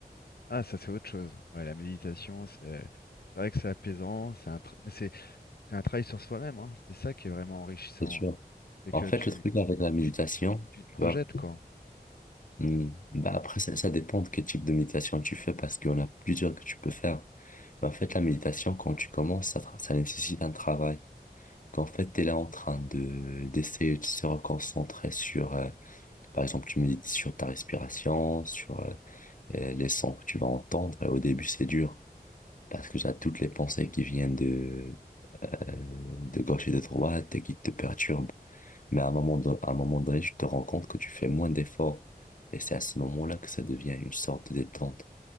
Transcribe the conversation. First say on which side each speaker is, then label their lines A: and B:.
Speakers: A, on the left; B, on the left.
A: Ah, ça, c'est autre chose. Ouais, la méditation, c'est c'est vrai que c'est apaisant, c'est un, tra- mais c'est c'est un travail sur soi-même, hein. C'est ça qui est vraiment enrichissant,
B: C'est sûr.
A: hein. C'est
B: En
A: que
B: fait,
A: tu,
B: le truc avec la méditation,
A: tu, tu te
B: tu
A: projettes,
B: vois,
A: quoi.
B: hmm, bah après, ça, ça dépend de quel type de méditation tu fais, parce qu'il y en a plusieurs que tu peux faire. Mais en fait, la méditation, quand tu commences, ça, tra- ça nécessite un travail. Qu'en fait, tu es là en train de d'essayer de se reconcentrer sur, euh, par exemple, tu médites sur ta respiration, sur euh, euh, les sons que tu vas entendre, et au début, c'est dur. parce que j'ai toutes les pensées qui viennent de, euh, de gauche et de droite et qui te perturbent. Mais à un moment, don- à un moment donné, tu te rends compte que tu fais moins d'efforts. Et c'est à ce moment-là que ça devient une sorte de détente